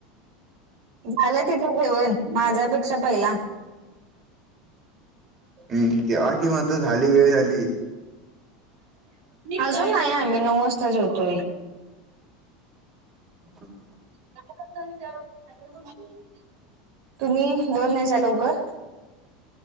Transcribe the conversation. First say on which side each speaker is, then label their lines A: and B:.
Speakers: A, on the right (about 65°); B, on the right (about 35°).
A: झालं तिथे ठेवण माझ्यापेक्षा पहिला
B: हम् तेवा कि मात झाली वेळ झाली.
A: अजून नाही आम्ही नऊ वाजता जेवतोय.
B: हम हम.
A: का <inaudible> तुम्ही दर नयचा लवकर.